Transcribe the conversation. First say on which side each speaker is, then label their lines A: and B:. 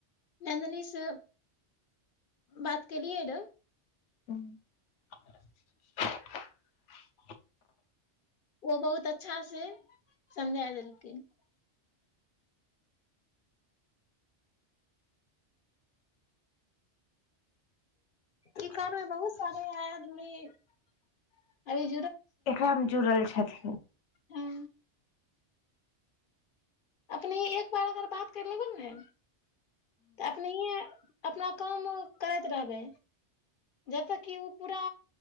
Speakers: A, on the left; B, on the left.
A: नन्दनीसँ बात केलियै रहऽ
B: ह <unintelligible>
A: ओ बहुत अच्छा से समझा देलखिन ई कार बहुत सारे हैं आदमी अरे
B: एकरा मे जुड़ल छी हथ
A: हँ अपने एक बार अगर बात करि लेबै ने तऽ अपने अपना काम करैत रहबै जब तक कि ओ पूरा